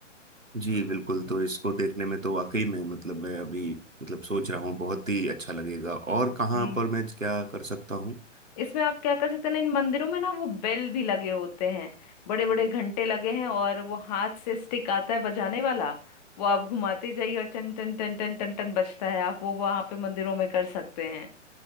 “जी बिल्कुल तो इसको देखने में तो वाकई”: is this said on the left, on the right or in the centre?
Right